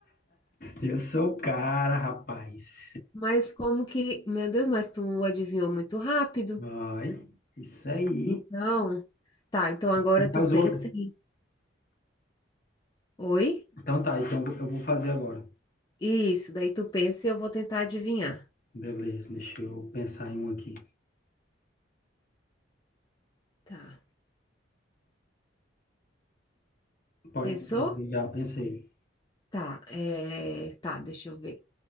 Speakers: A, on the left; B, on the left.
A: Eu sou o cara, rapaz.
B: Mas como que, meu Deus, mas tu adivinhou muito rápido.
A: Vai. Isso aí.
B: Então, tá, então agora
A: Então Faz
B: tu pensa
A: outra.
B: em, oi?
A: Então tá, então eu vou fazer agora.
B: Isso, daí tu pensa e eu vou tentar adivinhar.
A: Beleza, deixa eu pensar em um aqui.
B: Tá.
A: Pode,
B: Pensou?
A: é, já pensei.
B: Tá, é, tá, deixa eu ver.